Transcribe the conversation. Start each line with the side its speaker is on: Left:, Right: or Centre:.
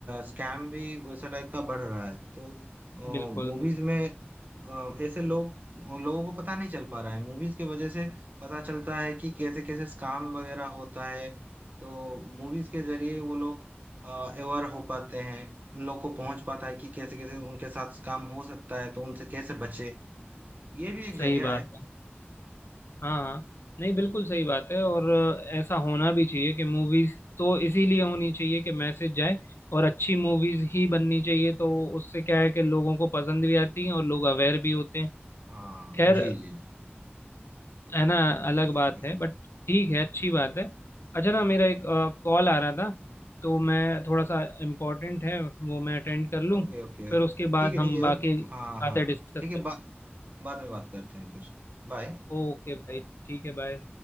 Right: स्कैम भी वैसा टाइप का बढ़ रहा है तो
Left: बिल्कुल
Right: मूवीज में अ, ऐसे लोग लोगों को पता नहीं चल पा रहा है मूवीज की वजह से पता चलता है कि कैसे कैसे स्कैम वगैरह होता है तो मूवीज के जरिए वो लोग अवेयर हो पाते हैं उन लोग को पहुंच पाता है कि कैसे कैसे उनके साथ स्कैम हो सकता है तो उनसे कैसे बचे ये भी एक
Left: सही
Right: जरिया
Left: बात
Right: है
Left: है हाँ हाँ नहीं बिल्कुल सही बात है और अ, ऐसा होना भी चाहिए कि मूवीज तो इसीलिए होनी चाहिए कि मैसेज जाए और अच्छी मूवीज ही बननी चाहिए तो उससे क्या है कि लोगों को पसंद भी आती है और लोग अवेयर भी होते हैं
Right: हाँ
Left: खैर
Right: जी जी जी
Left: है ना अलग
Right: ठीक है
Left: बात
Right: ठीक
Left: है बट ठीक है अच्छी बात है अच्छा ना
Right: है
Left: मेरा एक कॉल आ रहा था तो मैं थोड़ा सा इम्पोर्टेंट है वो मैं अटेंड कर लूँ
Right: Okay okay
Left: फिर उसके
Right: ठीक
Left: बाद
Right: है ठीक
Left: हम
Right: है
Left: बाकी
Right: हाँ
Left: बातें
Right: हाँ
Left: डिस्कस
Right: ठीक है
Left: करते
Right: बा, बाद में बात करते हैं फिर बाय
Left: हैं ओके भाई ठीक है बाय